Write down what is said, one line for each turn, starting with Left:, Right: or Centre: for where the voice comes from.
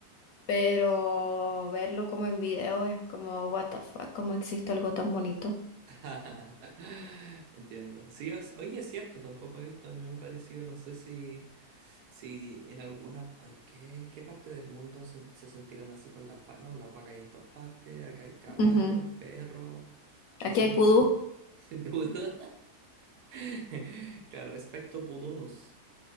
Left: pero verlo como en video es como, what the fuck, cómo existe algo tan bonito.
Right: <laughs> Entiendo. Sí, o- oye, es cierto, tampoco he visto ni uno parecido. No sé si, si en alguna, ay, ¿qué, en qué parte del mundo se, se sentirán así con las vacas? No, las vacas hay en todas partes, acá hay caballos,
Left: Ujú.
Right: perros, quizás
Left: Aquí hay
Right: no.
Left: pudú.
Right: <laughs> pudú. <laughs> Claro, espectro pudunus.